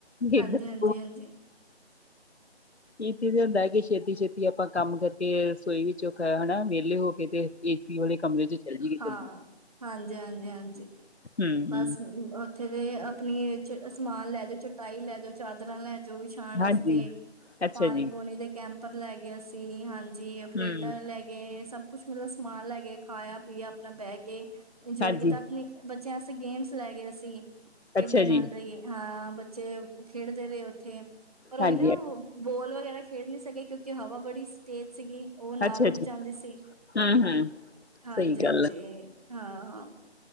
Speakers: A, on the right; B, on the left.
A: ਹਾਂਜੀ
B: ਇੱਧਰ
A: -ਹਾਂਜੀ -ਹਾਂਜੀ।
B: ਇਥੇ ਤੇ ਹੁੰਦਾ ਕਿ ਛੇਤੀ -ਛੇਤੀ ਆਪਾਂ ਕੰਮ ਕਰਕੇ, ਰਸੋਈ ਵਿੱਚੋਂ ਖਾਇ ਹਨਾ ਵਿਹਲੇ ਹੋ ਕੇ ਤੇ ਏਸੀ ਵਾਲੇ ਕਮਰੇ 'ਚ ਚੱਲ ਜਾਈਏ ਗ
A: ਹਾਂ।
B: ਫਿਰ।
A: ਹਾਂਜੀ, ਹਾਂਜੀ, ਹਾਂਜੀ।
B: ਹੂੰ-ਹੂੰ,
A: ਬਸ ਉੱਥੇ ਤੇ ਆਪਣੀ 'ਚ ਸਮਾਨ ਲੈ ਜਾਓ, ਚਟਾਈ ਲੈ ਜਾਓ, ਚਾਦਰਾਂ ਲੈ। ਜੋ ਵਿਛਾਉਣ ਵਾਸਤੇ
B: ਹਾਂਜੀ। ਅੱਛਾ
A: ਪਾਣੀ,
B: ਜੀ।
A: ਪੂਣੀ ਦੇ ਕੈਂਪਰ ਲੈ ਗਏ ਅਸੀਂ, ਹਾਂਜੀ। ਤੇ ਪਲੇਟਾਂ
B: ਹੂੰ,
A: ਲੈ ਗਏ, ਸਭ ਕੁਛ ਮਤਲਬ ਸਮਾਨ ਲੈ ਗਏ, ਖਾਇਆ, ਪੀਆ, ਆਪਣਾ ਬਹਿ ਕੇ। ਇੰਜੋਏ
B: ਹਾਂਜੀ,
A: ਕੀਤਾ, ਆਪਣੇ, ਬੱਚਿਆਂ ਵਾਸਤੇ ਗੇਮਸ ਲੈ ਗਏ ਅਸੀ, ਖੇਡਣ
B: ਅੱਛਾ ਜੀ,
A: ਵਾਲੇ। ਤੇ ਹਾਂ, ਬੱਚੇ ਖੇਡਦੇ ਰਹੇ ਉੱਥੇ, ਪਰ, ਉਹੀ
B: ਹਾਂਜੀ,
A: ਨਾ ਬਾਲ, ਵਗੈਰਾ ਖੇਡ ਨੀ ਸਕੇ, ਕਿਉਂਕਿ ਹਵਾ ਬੜੀ ਸਟੇਜ ਸੀਗੀ, ਉਹ ਨਾਲ
B: ਅੱਛਾ
A: ਉੱਡ
B: ਜੀ।
A: ਜਾਂਦੀ ਸੀ!
B: ਹੂੰ-ਹੂੰ,
A: ਹਾਂਜੀ,
B: ਸਹੀ ਗੱਲ
A: ਹਾਂਜੀ।
B: ਐ,
A: ਹਾਂ, ਹਾਂ।